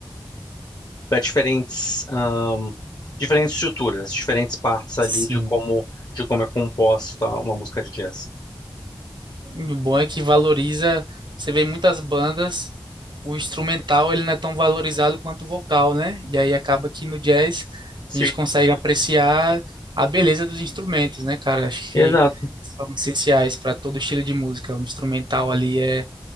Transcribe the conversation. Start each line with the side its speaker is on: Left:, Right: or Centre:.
Left: para diferentes ahn, diferentes estruturas, diferentes partes ali
Right: sim.
Left: de como de como é composta uma música de jazz.
Right: E O bom é que valoriza, você vê em muitas bandas, o instrumental ele não é tão valorizado quanto o vocal, né? E aí acaba que no jazz
Left: Sim.
Right: a gente consegue apreciar a beleza dos instrumentos, né, cara? Acho que
Left: Exato.
Right: são essenciais para todo estilo de música. O instrumental ali é,